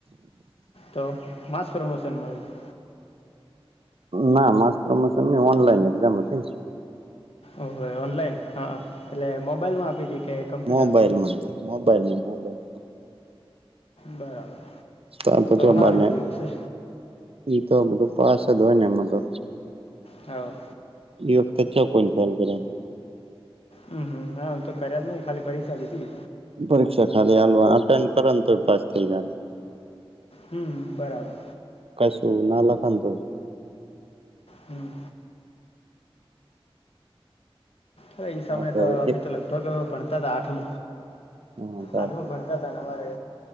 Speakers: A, on the left (about 75°); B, on the right (about 70°).
A: તો માસ પ્રમોશન મળ્યુ
B: ના માસ પ્રમોશન ન ઓનલાઈન એક્ઝામ હતી ને
A: ઓ હો ઓનલાઈન હા એટલે મોબાઈલ માં આપી હતીી કે કમ્પ્યુટર
B: મોબાઈલમાં મોબાઈલમાં મોબાઈલ
A: બરાબર
B: તો જો
A: સારું
B: બને
A: રહ્યું છે
B: તો બધું પાસ જ હોય ને એમાં તો
A: હ
B: એ વખત ચો કોને ખ્યાલ કર્યા
A: હમ હમ હમ તો કર્યા જ નહિ ખાલી પરીક્ષા લીધી
B: પરીક્ષા ખાલી હાલવા અ કર ને તો પાસ થઈ જ
A: હમ બરાબર
B: કશું ના લખ તો
A: હમ્મ હવે એ સમય
B: હા
A: તો
B: હવે
A: અમે
B: એક
A: તો લગભગ ભતા હતા આઠમ
B: હા ત હા
A: આડું ભણતા તને અમારે